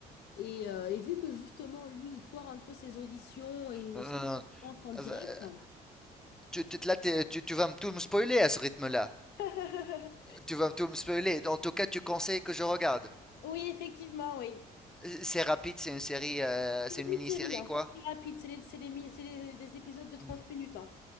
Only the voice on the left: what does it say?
Et, euh, et vu que justement, lui, il foire un peu ses auditions et
chaque fois qu'il rentre en direct,
<laughs>
Oui, effectivement, oui.
c'est
des
mini-séries,
hein,
c'est très rapide, c'est les- c'est les mi- c'est les- des épisodes de trente
minutes. hein.